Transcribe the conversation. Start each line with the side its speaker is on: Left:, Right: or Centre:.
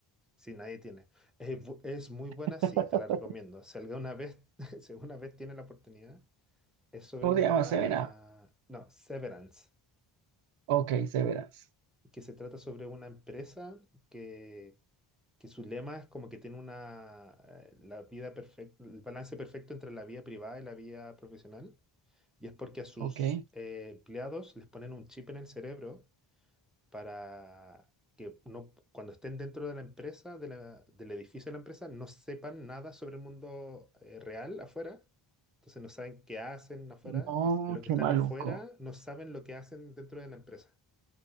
Centre: Si nadie tiene. Es, bu- es muy buena,
Right: <laughs>
Centre: sí, te la recomiendo. Si alguna vez, <laughs> si alguna vez tiene la oportunidad, es sobre
Right: ¿Cómo
Centre: una...
Right: se llama? Seven Up.
Centre: No, Severance.
Right: Ok, Seven Up.
Centre: que se trata sobre una empresa que, que su lema es como que tiene una, eh, la vida perfecta, el balance perfecto entre la vida privada y la vida profesional. Y es porque a sus
Right: Ok.
Centre: eh, empleados les ponen un chip en el cerebro para que no, cuando estén dentro de la empresa, de la- del edificio de la empresa, no sepan nada sobre el mundo eh, real afuera. Entonces no saben qué hacen afuera
Right: No,
Centre: y los
Right: qué
Centre: que están
Right: maluco.
Centre: afuera no saben lo que hacen dentro de la empresa.